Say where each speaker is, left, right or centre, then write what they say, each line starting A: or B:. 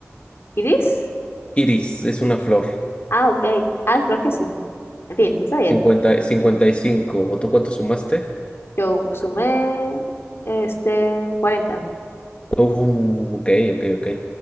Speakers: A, on the left; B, on the left.
A: <laughs> ¿Iris?
B: Iris es una flor.
A: Ah, ok. Ah, creo que sí. En fin, está bien.
B: 50, 55. ¿Tú cuánto sumaste?
A: Yo sumé este cuarenta
B: Uh, ok, ok, ok.